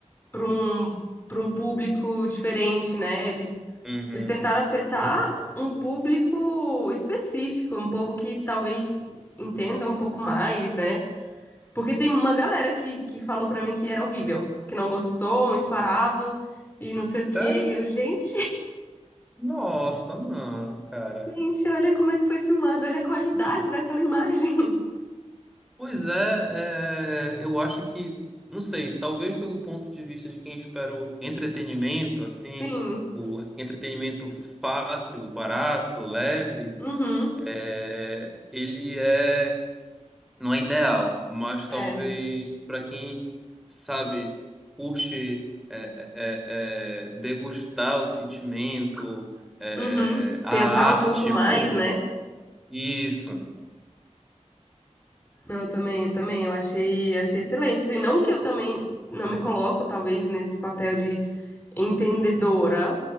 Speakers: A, on the left; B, in the centre.
A: pra um, para um público diferente, né? Eles,
B: Uhum.
A: eles tentaram afetar um público específico, um povo que talvez entenda um pouco mais, né? Porque tem uma galera que, que falou pra mim que era horrível, que não gostou, muito parado e não sei o quê.
B: Sério?
A: E eu, gente.
B: Nossa, não, cara.
A: Gente, olha como é que foi filmado, olha a qualidade daquela imagem. <laughs>
B: Pois é, é, eu acho que, não sei, talvez pelo ponto de vista de quem espera o entretenimento, assim,
A: Sim,
B: o entretenimento fácil, barato, leve,
A: uhum,
B: é, ele é, não é ideal, mas
A: é,
B: talvez para quem, sabe, curte é, é, é, é, degustar o sentimento, é,
A: uhum.
B: a
A: Pensar um
B: arte,
A: pouco mais,
B: pô,
A: né?
B: isso.
A: Não, eu também, eu também, eu achei, achei excelente. Assim, não que eu também não me coloco, talvez, nesse papel de entendedora,